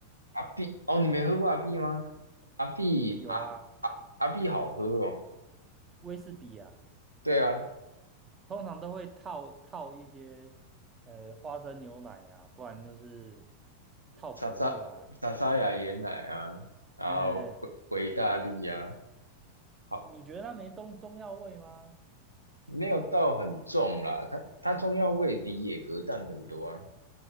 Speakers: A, on the right; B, on the right.
A: 阿碧哦，你没喝过阿碧吗？阿碧阿阿阿碧好喝哦。
B: 呃有啊，威士忌啊，
A: 对啊，
B: 通常都会套套一些呃花生牛奶啊，不然就是套可乐啊，
A: 莎莎莎莎雅椰奶啊，然后维维大利啊，
B: 哎、
A: 好，
B: 你觉得那没中中药味吗？
A: 没有到很重啦。它它中药味比野格淡很多啊。